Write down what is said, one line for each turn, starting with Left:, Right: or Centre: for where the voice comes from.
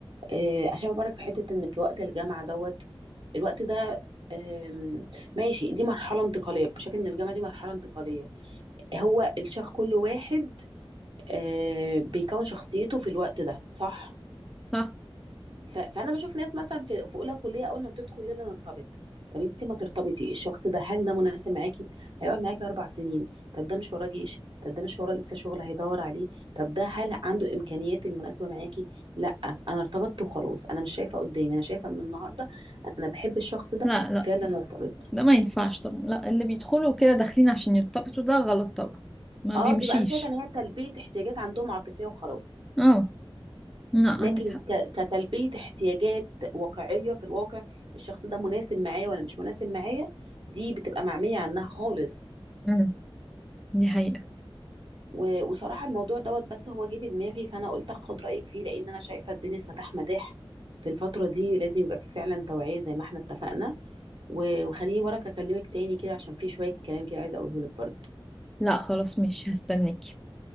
Right: آه، شايفه برضك في حته ان في وقت الجامعه دوت الوقت ده آم، ماشي دي مرحله انتقاليه شايفه ان الجامعه دي مرحله انتقاليه هو الشخص كل واحد آه، بيكون شخصيته في الوقت ده صح
Centre: صح
Right: ف... فانا بشوف ناس مثلا في في اولى كليه اول ما بتدخل يلا نرتبط طب انت ما ترتبطي الشخص ده هل ده مناسب معاكي هيقعد معاكي اربع سنين طب ده مش وراه جيش طب ده مش وراه لسه شغل هيدور عليه طب ده هل عنده الامكانيات المناسبه معاكي لا انا ارتبطت وخلاص انا مش شايفه قدامي انا شايفه ان النهارده انا بحب الشخص ده
Centre: لا لا
Right: فيلا نرتبط
Centre: ده ما ينفعش طبعا لا اللي بيدخلوا كده داخلين عشان يرتبطوا ده غلط طبعا ما
Right: اه
Centre: بيمشيش
Right: بيبقى انا شايفه ان هي تلبيه احتياجات عندهم عاطفيه وخلاص
Centre: اه لا
Right: لكن
Centre: عندك حق
Right: ك- كتلبية احتياجات واقعية في الواقع الشخص ده مناسب معايا ولا مش مناسب معايا دي بتبقى معمية عنها خالص
Centre: مم. دي حقيقة
Right: و- وصراحة الموضوع دوت بس هو جه في دماغي فأنا قلت أخد رأيك فيه لأن أنا شايفة الدنيا سداح مداح في الفترة دي لازم يبقى في فعلا توعية زي ما احنا اتفقنا و- وخليني وراك أكلمك تاني كده عشان في شوية كلام كده عايزة أقوله لك برضه
Centre: لا خلاص مش هستناكي